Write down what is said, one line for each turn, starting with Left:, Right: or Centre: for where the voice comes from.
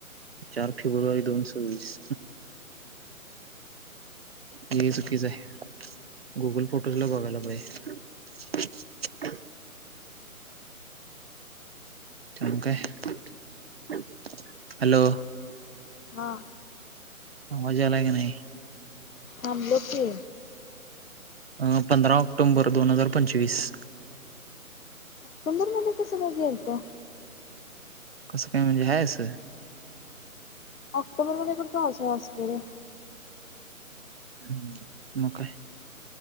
Right: चार फेब्रुवारी दोनशे ववीस ही चुकीच आहे गुगल फोटोज ला बघायला पाजे <inaudible> च काय हॅलो
Left: हा
Right: मजा आला की नाही
Left: आांम लखी
Right: अं पंधरा ऑक्टोंबर दोन हजार पंचवीस
Left: ऑक्टुबूर मध्ये कस बघे येल तो
Right: कसं काही म्हणजे हस
Left: ऑक्टोबर मध्ये कोण पावसाळा असत रे
Right: ह् म काय